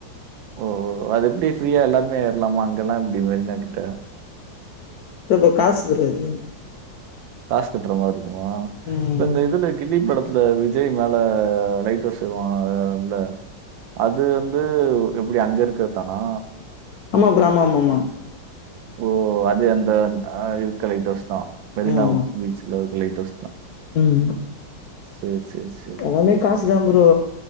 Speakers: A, on the right (about 85°); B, on the left (about 70°).
A: ஓ ஓ அது எப்டி ஃப்ரீயா எல்லாருமே ஏறலாமா அங்கெல்லா எப்டி மெரினா கிட்ட
B: ரொம்ப காசு ப்ரோ அது
A: காசு கட்டுறமாருக்குமா
B: ம்
A: இந்த இதுல கில்லி படத்துல வி ஜய் மேல லைட் ஹவுஸ் ஏறுவங்கல்ல மேல அது வ ந்து எப்டி அங்கருக்கது தானா
B: ஆமா ப்ரோ ஆமாமாமா
A: ஓ அது அந்த அ இருக்க லைட்அவுஸ் தா மெரினா
B: ஆமா ஆமா
A: பீச்சீக்லா இருக்குற லைட் ஸவுஸ்தா
B: ம்
A: செர் செர் செர்
B: எல்லாமே காசுதா ப்ரோ